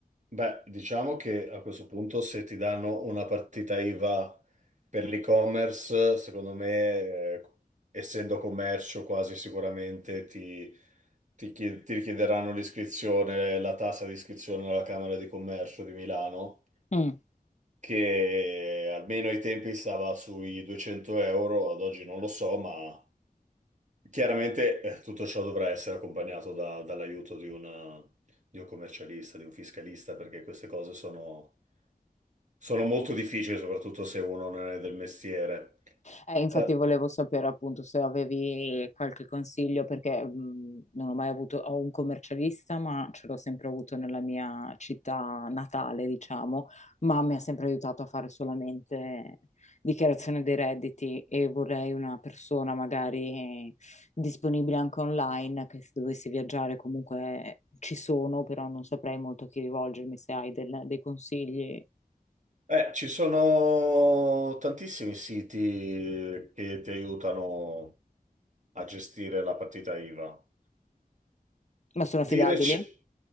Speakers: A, on the right; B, on the left.
A: Beh, diciamo che a questo punto se ti danno una partita IVA per l'e-commerce, secondo me, eh, essendo commercio quasi sicuramente ti, ti chi- ti richiederanno l'iscrizione, la tassa di iscrizione alla Camera di Commercio di Milano,
B: Mm.
A: che almeno ai tempi stava sui 200 euro, ad oggi non lo so, ma chiaramente eh, tutto ciò dovrà essere accompagnato da- dall'aiuto di una- di un commercialista, di un fiscalista, perché queste cose sono sono molto difficili, soprattutto se uno non è del mestiere.
B: Eh, infatti
A: Eh,
B: volevo sapere appunto se avevi qualche consiglio perché mh, non ho mai avuto, ho un commercialista, ma ce l'ho sempre avuto nella mia città natale, diciamo, ma mi ha sempre aiutato a fare solamente dichiarazione dei redditi e vorrei una persona magari disponibile anche online, che se dovessi viaggiare comunque ci sono, però non saprei molto a chi rivolgermi se hai del- dei consigli,
A: eh, ci sono tantissimi siti che ti aiutano a gestire la partita IVA.
B: ma sono
A: Dire
B: affidabili?
A: c-